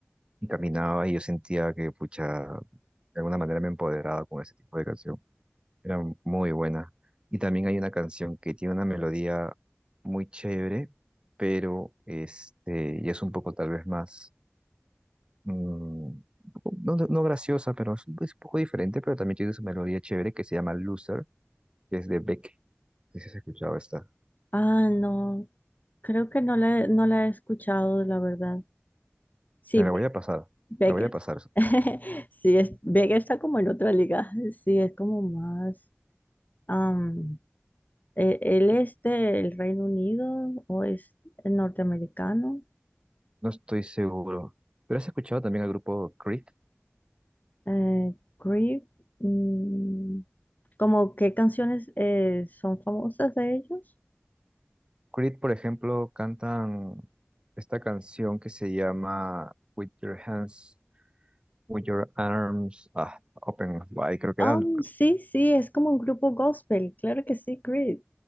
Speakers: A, on the right; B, on the left.
A: y caminaba y yo sentía que, pucha, de alguna manera me empoderaba con ese tipo de canción. Era muy buena. Y también hay una canción que tiene una melodía muy chévere, pero este, y es un poco tal vez más mm, no, no no graciosa, pero es un, es un poco diferente, pero también tiene su melodía chévere que se llama Loser, que es de Beck. No sé si has escuchado esta.
B: Ah, no, creo que no la, no la he escuchado, la verdad. Sí,
A: Te
B: Be-
A: la voy a pasar, te
B: Becker.
A: la voy a pasar.
B: <laughs> Sí, es, Becker está como en otra liga. Sí, es como más. am, e- él es del Reino Unido o es norteamericano.
A: No estoy seguro. ¿Pero has escuchado también al grupo Creed?
B: Eh, Creep. mm, como qué canciones eh, son famosas de ellos.
A: Creed, por ejemplo, cantan esta canción que se llama With Your Hands, With Your Arms, ah, Open, ay, creo que
B: Um,
A: eran
B: sí, sí, es como un grupo gospel, claro que sí, Creed.